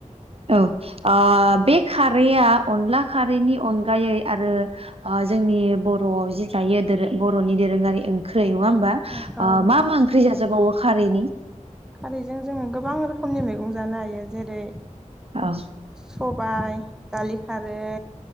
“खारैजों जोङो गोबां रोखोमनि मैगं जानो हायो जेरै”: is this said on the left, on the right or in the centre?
Centre